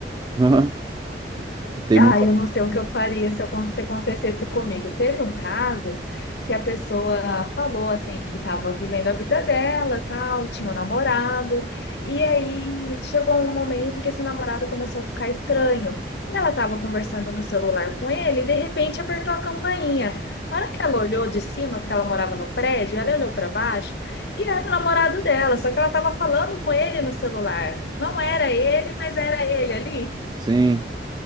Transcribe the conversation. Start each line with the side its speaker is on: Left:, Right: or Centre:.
Right: Aham. Tem
Left: Ah,
Right: muita.
Left: eu não sei o que eu faria se acon- se acontecesse comigo. Teve um caso que a pessoa falou assim que estava vivendo a vida dela, tal, tinha um namorado, e aí chegou um momento que esse namorado começou a ficar estranho. E ela estava conversando no celular com ele, e de repente apertou a campainha. A hora que ela olhou de cima, porque ela morava no prédio, ela olhou para baixo e era o namorado dela, só que ela estava falando com ele no celular. Não era ele, mas era ele ali.
Right: Sim.